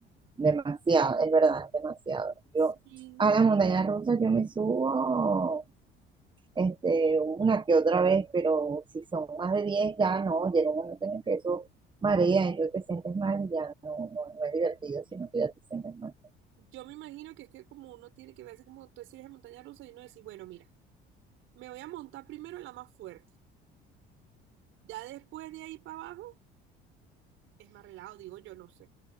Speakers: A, on the right (about 20°); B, on the right (about 70°).
A: Demasiado, es verdad, es demasiado.
B: Sí,
A: Yo a las montañas rusas yo me subo este, una que otra vez, pero si son más de 10 ya no, llega un momento en el que eso marea, entonces te sientes mal y ya no, no, no es divertido, sino que ya te sientes mal.
B: yo me imagino que es que como uno tiene que verse como tú series de montaña rusa y uno decir, bueno, mira, me voy a montar primero en la más fuerte. Ya después de ahí para abajo. es más relajado, digo yo, no sé.